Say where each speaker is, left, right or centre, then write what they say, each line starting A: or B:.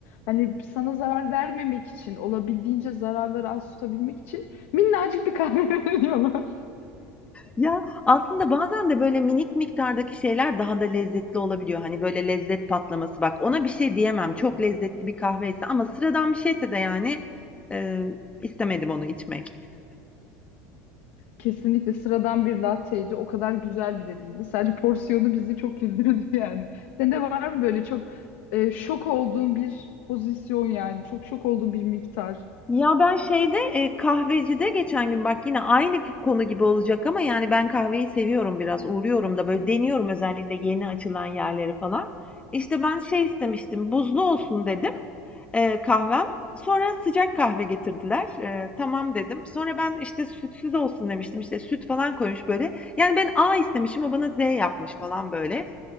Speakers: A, on the left; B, on the left.
A: Hani sana zarar vermemek için, olabildiğince zararları az tutabilmek için minnacık bir kahve <laughs> veriyorlar.
B: Ya, aslında bazen de böyle minik miktardaki şeyler daha da lezzetli olabiliyor. Hani, böyle, lezzet patlaması. Bak, ona bir şey diyemem. Çok lezzetli bir kahveyse ama sıradan bir şeyse de, yani, eee, istemedim onu içmek.
A: Kesinlikle sıradan bir latteydi. O kadar güzel bile değildi. Sadece porsiyonu bizi çok güldürdü yani. Senin de var mı böyle çok e, şok olduğun bir pozisyon yani? Çok şok olduğun bir miktar.
B: Ya, ben şeyde, eee, kahvecide geçen gün bak yine aynı konu gibi olacak ama, yani, ben kahveyi seviyorum biraz. Uğruyorum da, böyle, deniyorum özellikle yeni açılan yerleri falan. İşte, ben şey istemiştim, buzlu olsun dedim. Eee, kahvem. Sonra sıcak kahve getirdiler. Eee, tamam dedim. Sonra ben işte sütsüz olsun demiştim. İşte süt falan koymuş böyle. Yani ben A istemişim o bana Z yapmış falan böyle.